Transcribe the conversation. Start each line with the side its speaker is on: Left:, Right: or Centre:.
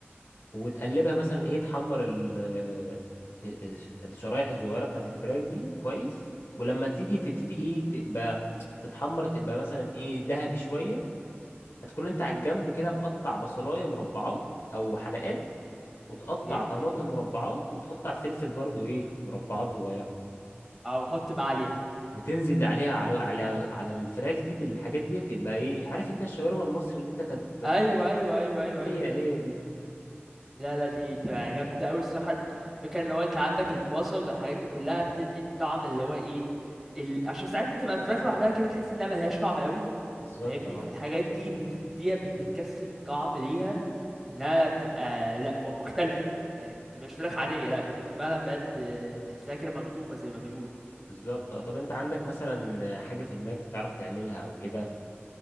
Left: وتقلبها مثلا ايه تحمر ال... آه، ال- الشرايح الصغيره بتاعت الفراخ دي كويس ولما تيجي تبتدي ايه تبقى تتحمر تبقى مثلا ايه ذهبي شويه هتكون انت على الجنب كده مقطع بصلايه مربعات او حلقات وتقطع
Centre: اوكي
Left: طماطم مربعات وتقطع فلفل برضو ايه مربعات صغيره
Centre: اه واحط بقى عليها
Left: وتنزل عليها على على على الفراخ دي بالحاجات دي تبقى ايه عارف انت الشاورما المصري اللي انت كانت
Centre: ايوه ايوه ايوه ايوه,
Left: هي
Centre: أيوة.
Left: هي دي
Centre: لا لا دي تبقى جامدة أوي الصراحة فكرة لو أنت عندك البصل والحاجات دي كلها بتدي الطعم اللي هو إيه ال... عشان ساعات بتبقى الفراخ لوحدها كده تحس إنها ملهاش طعم أوي
Left: بالظبط
Centre: فاهمني
Left: اه
Centre: فالحاجات دي بتديها بت- بتكسب الطعم ليها إنها بتبقى لأ م- مختلفة يعني ما بتبقاش فراخ عادية لأ بتبقى فعلا بجد تحسها كده مخدومة زي ما بيقولوا
Left: بالظبط اه طب انت عندك مثلا حاجه في دماغك بتعرف تعملها او كده